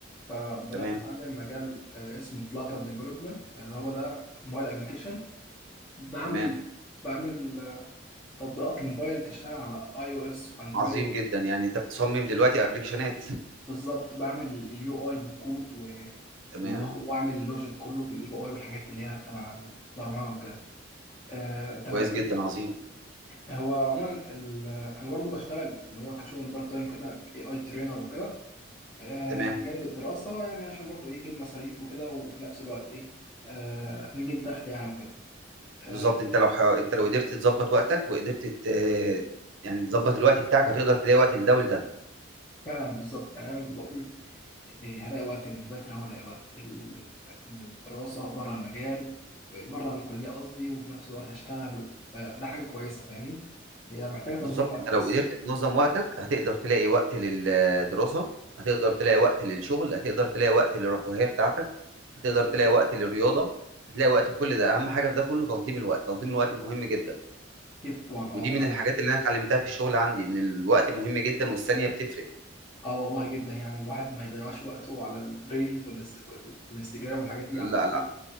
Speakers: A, on the left; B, on the right.
A: فبدات
B: تمام
A: اتعلم مجال آه، اسمه فلاتر ديفلوبمنت اللي هو ده موبايل ابلكيشن بعمل
B: تمام
A: بعمل آه، تطبيقات الموبايل تشتغل على اي او اس واندرويد
B: عظيم جدا يعني انت بتصمم دلوقتي ابلكيشنات
A: بالظبط بعمل اليو اي بالكود و-
B: تمام
A: وباخد واعمل اللوجيك كله بالاي بي اي والحاجات اللي هي تبع البرمجه وكده آه، تمام
B: كويس جدا عظيم
A: هو عموما ال- انا برضو بشتغل اللي هو كشغل بارت تايم كده اي اي ترينر وكده آه،
B: تمام
A: بجانب الدراسة يعني عشان برضو ايه يجيب مصاريف وكده وفي نفس الوقت ايه آه نجيب دخل يعني وكده
B: بالظبط
A: آه
B: انت لو ح... انت لو قدرت تظبط وقتك وقدرت ت... يعني تظبط الوقت بتاعك هتقدر تلاقي وقت لده ولده
A: فعلا بالظبط يعني انا بقول إيه هلاقي وقت للمذاكرة وهلاقي وقت لل- للدراسة بره المجال بره الكلية قصدي وفي نفس الوقت هشتغل فده حاجة كويسة فاهمني هي محتاجة تنظيم
B: بالظبط
A: وقت
B: انت لو
A: بس
B: قدرت تنظم وقتك هتقدر تلاقي وقت للدراسة هتقدر تلاقي وقت للشغل هتقدر تلاقي وقت للرفاهية بتاعتك هتقدر تلاقي
A: بس
B: وقت للرياضة هتلاقي وقت لكل ده اهم حاجة في ده كله تنظيم الوقت تنظيم الوقت مهم جدا
A: أكيد طبعا اه
B: ودي من
A: فعلا
B: الحاجات اللي انا اتعلمتها في الشغل عندي ان الوقت مهم جدا والثانية بتفرق
A: اه والله جدا يعني الواحد ما يضيعش وقته على الريلز والإنست- والانستجرام والحاجات دي
B: لا
A: على الفيسبوك
B: لا